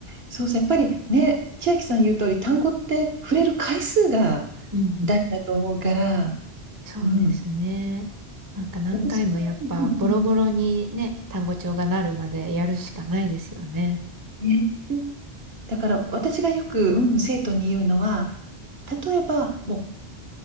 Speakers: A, on the right; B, on the right.
A: そうそう。やっぱりね、千秋さん言う通り、単語って触れる回数が
B: うんうん。
A: 大事だと思うから、
B: そうですね。
A: うん。
B: なんか何回もやっぱボロボロにね、
A: 私も、うんうん
B: 単語帳がなるまでやるしかないですよね。
A: うんね。だから私がよく、うん、生徒に言うのは、例えば、もう、